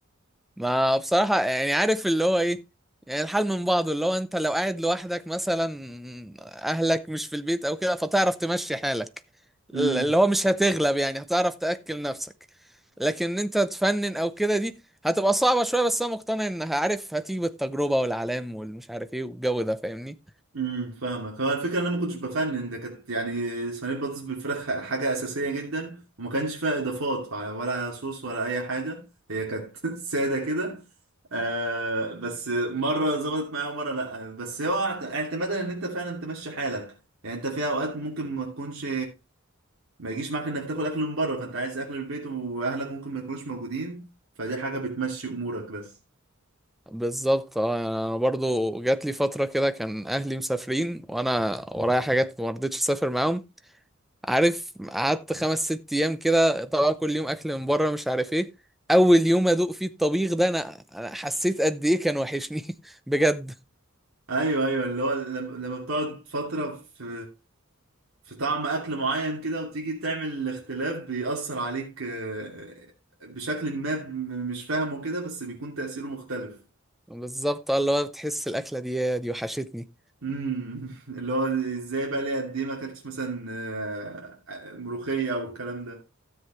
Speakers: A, in the centre; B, on the right.
A: ما بصراحة يعني عارف اللي هو ايه يعني الحال من بعضه اللي هو انت لو قاعد لوحدك مثلا اهلك مش في البيت او كده فتعرف تمشي حالك
B: امم
A: اللي هو مش هتغلب يعني هتعرف تأكل نفسك لكن انت تفنن او كده دي هتبقى صعبة شوية بس انا مقتنع انها عارف هتيجي بالتجربة والعلام والمش عارف ايه والجو ده فاهمني
B: امم فاهمك هو الفكره ان انا ما كنتش بفنن ده كانت يعني صينيه بطاطس بالفراخ حاجه اساسيه جدا وما كانش فيها اضافات ف- ولا صوص ولا اي حاجه هي كانت <laughs> ساده كده آه بس مره ظبطت معايا ومره لا بس هو اعت- اعتمادا ان انت فعلا تمشي حالك يعني انت في اوقات ممكن ما تكونش ما يجيش معاك انك تاكل اكل من بره فانت عايز اكل البيت واهلك ممكن ما يكونوش موجودين فدي حاجه بتمشي امورك بس
A: بالظبط اه، انا برضو جات لي فترة كده كان اهلي مسافرين وانا ورايا حاجات ما رضيتش اسافر معاهم عارف قعدت خمس ست ايام كده طبعا كل يوم اكل من بره مش عارف ايه اول يوم ادوق فيه الطبيخ ده انا أنا حسيت قد ايه كان وحشني <laughs> بجد
B: ايوه ايوه اللي هو لما لما بتقعد فتره في في طعم اكل معين كده وتيجي تعمل اختلاف بيأثر عليك آه، بشكل ما ب- مش فاهمه كده بس بيكون تأثيره مختلف
A: بالظبط اه اللي هو بتحس الاكله دي دي وحشتني
B: امم <laughs> اللي هو ازاي بقى ليه قد ايه ما اكلتش مثلا آه، آه، ملوخية او الكلام